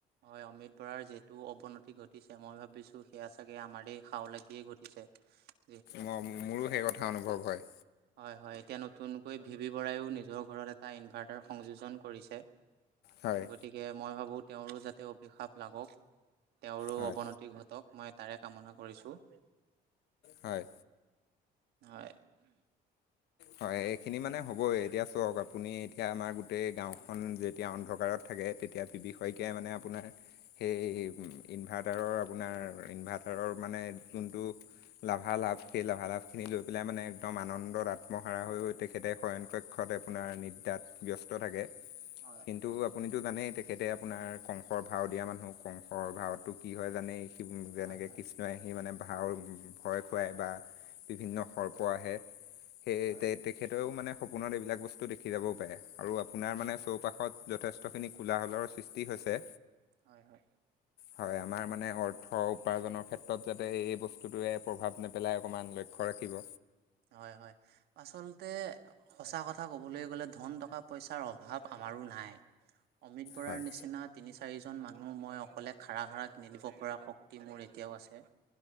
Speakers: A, on the right; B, on the left.
A: হয়, অমিত বৰাৰ যিহেতু অৱনতি ঘটিছে, মই ভাবিছোঁ সেয়া চাগে আমাৰ খাও লাগিয়ে ঘটিছে। <inaudible>
B: ম মোৰো সেই কথা অনুভৱ হয়।
A: হয় হয়, এতিয়া নতুনকৈ ভি ভি বৰাইও নিজৰ ঘৰত এটা ইনভাৰ্টাৰ সংযোজন কৰিছে।
B: হয়।
A: গতিকে মই ভাবোঁ, তেওঁৰো যাতে অভিশাপ লাগক, তেওঁৰো
B: হয়
A: অৱনতি ঘটক মই তাৰে কামনা কৰিছোঁ।
B: হয়।
A: হয়।
B: হয় এইখিনি মানে হ'বই। এতিয়া চাওক আপুনি এতিয়া আমাৰ গোটেই গাঁওখন যেতিয়া অন্ধকাৰত থাকে তেতিয়া বিবি শইকীয়াই মানে আপোনাৰ সেই ইনভাৰ্টাৰৰ আপোনাৰ ইনভাৰ্টাৰৰ মানে যোনটো লাভালাভ সেই লাভালাভখিনি লৈ পেলাই মানে একদম আনন্দত আত্মহাৰা হৈ তেখেতে শয়ণ কৰে। প্ৰক্ষত আপোনাৰ নিদ্ৰাত ব্যস্ত থাকে।
A: হয়
B: কিন্তু আপুনিতো জানেই তেখেতে আপোনাৰ কংসৰ ভাও দিয়া মানুহ, কংসৰ ভাওত তো কি হয় জানেই, সি
A: হয়
B: যেনেকৈ
A: হয়
B: কৃষ্ণই আহি মানে ভাওৰ ভয় খুৱাই বা বিভিন্ন সৰ্প আহে সেই
A: হয়
B: তে-তেখেতেও মানে সপোনত এইবিলাক বস্তু দেখি যাবও পাৰে আৰু আপোনাৰ চৌপাশত মানে যথেষ্টখিনি কোলাহলৰ সৃষ্টি হৈছে
A: হয়, হয়।
B: হয়, আমাৰ মানে অৰ্থ উপাৰ্জনৰ ক্ষেত্ৰত যাতে এই বস্তুটোৱে প্ৰভাৱ নেপেলাই অকণমান লক্ষ্য ৰাখিব।
A: হয়, হয়। আচলতে সঁচা কথা ক'বলৈ গ'লে ধন টকা পইচাৰ অভাৱ আমাৰো নাই। অমিত বৰাৰ
B: হয়
A: নিচিনা তিনি চাৰিজন মানুহ মই অকলে খাৰা খাৰা কিনি দিব পৰা শক্তি মোৰ এতিয়াও আছে।